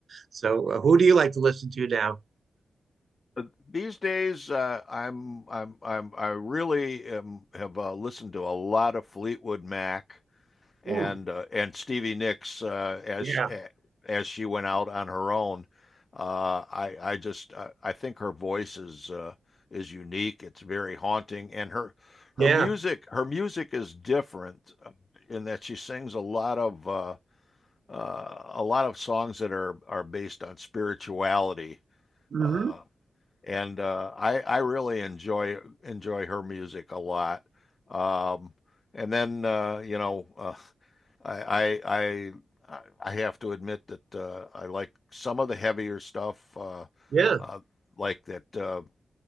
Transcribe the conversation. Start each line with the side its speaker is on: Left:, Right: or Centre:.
Right: so uh, who do you like to listen to now?
Left: Uh, These days, uh, I'm I'm I'm I really am, have uh, listened to a lot of Fleetwood Mac and
Right: Hmm.
Left: uh, and Stevie Nicks uh, as
Right: Yeah,
Left: she, as she went out on her own. Uh, I I just uh, I think her voice is uh, is unique. It's very haunting, and her her
Right: yeah,
Left: music her music is different uh, in that she sings a lot of uh, uh, a lot of songs that are are based on spirituality.
Right: mm-hmm.
Left: Uh, and uh, I I really enjoy enjoy her music a lot. Um, and then uh, you know uh, I, I I I have to admit that uh, I like some of the heavier stuff, uh,
Right: yeah.
Left: uh, like that uh,